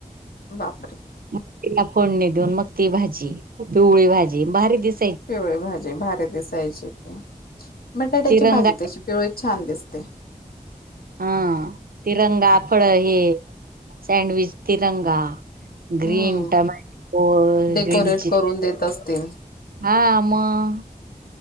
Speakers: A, on the left; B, on the right.
A: बापरे.
B: मग तिला फोडणी देऊन मग ती भाजी पिवळी भाजी भारी दिस
A: पिवळी भाजी भारी दिसायची त्या, बटाट्याची
B: तिरंगा
A: भाजी तशी पिवळी छान दिसते.
B: हा तिरंगा फळ हे सँडविच तिरंगा. Green
A: hmm
B: tomato,
A: decorate
B: green chili.
A: करून देत असते मी.
B: हा मग.